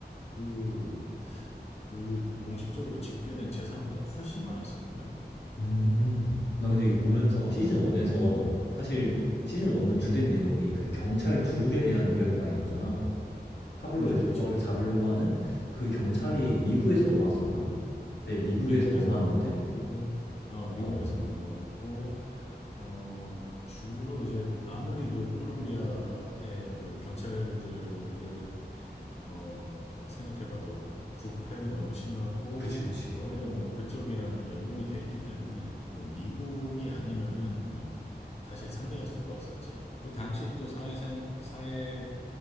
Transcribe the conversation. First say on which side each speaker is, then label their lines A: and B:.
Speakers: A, on the left; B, on the left.
A: 그, 그 공식적으로 집계된 재산보다 훨씬 많았을걸? 응,
B: 음, 나 근데 이거 보면서
A: 응,
B: 시즌 1에서
A: 응,
B: 사실
A: 응,
B: 시즌 1은 주된
A: 응,
B: 내용이 그 경찰 둘에 대한 이야기도 많이 나오잖아. 파블로
A: 응,
B: 에스코바를
A: 그렇지.
B: 잡으려고 하는 그 경찰이
A: 응.
B: 미국에서 넘어왔었나? 근데 미국에서
A: 미국에서
B: 넘어왔는데,
A: 넘어왔고, 어, 미국에서
B: 어,
A: 넘어왔고, 어, 주로 이제 아무리 그 콜롬비아의 그 경찰들을 어, 생각해봐도 부패가 너무 심하고
B: 그치, 그치.
A: 거의 다 뭐 그쪽이랑 연동이 돼 있기 때문에 뭐 미국이 아니면은 뭐 사실 상대할 수가 없었지. 그 당시 또 사회상, 사회